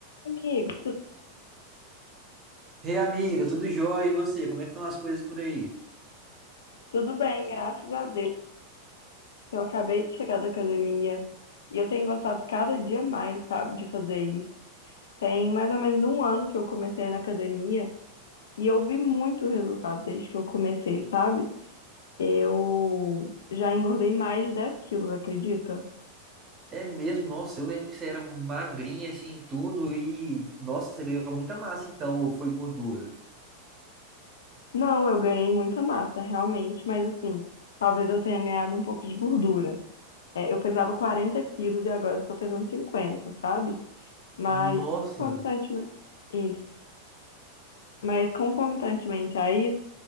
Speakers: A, on the left; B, on the right.
A: Amigo, tu-
B: Ei, amiga, tudo jóia? E você? Como é que estão as coisas por aí?
A: tudo bem, graças a Deus. Eu acabei de chegar da academia e eu tenho gostado cada dia mais, sabe, de fazer isso. Tem mais ou menos um ano que eu comecei na academia e eu vi muito resultado desde que eu comecei, sabe? Eu já engordei mais de 10 quilos, acredita?
B: É mesmo? Nossa, eu lembro que você era magrinha assim, tudo e nossa, você ganhou muita massa então, ou foi gordura?
A: Não, eu ganhei muita massa, realmente, mas assim, talvez eu tenha ganhado um pouco de gordura. É, eu pesava 40 quilos e agora eu estou pesando 50, sabe? Mas
B: Nossa.
A: constantemente. Isso. Mas concomitantemente a isso,